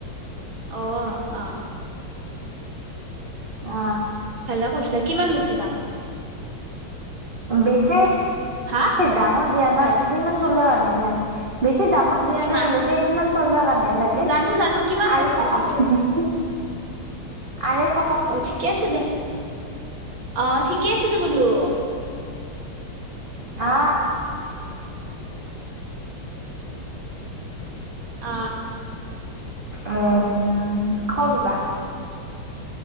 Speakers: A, on the right; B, on the right.
A: অ আহ।
B: অ।
A: হেলা কৰিছা কিমান লৈছে দাম
B: বেছি
A: হা
B: দামত দিয়া নাই কেইদিনমান চলিবৰ কাৰনে বেছি দামত দিয়া
A: কিমান
B: নাই বোলো কেইদিনমান চলিব কাৰণেহে লাগে
A: জানো জানো কিমান
B: আঢ়েশ
A: লৈছে বোলো
B: আঢ়েশ
A: অ ঠিকে আছে দে অ ঠিকে আছে টো বোলো
B: আ
A: অ
B: উম কওঁ কিবা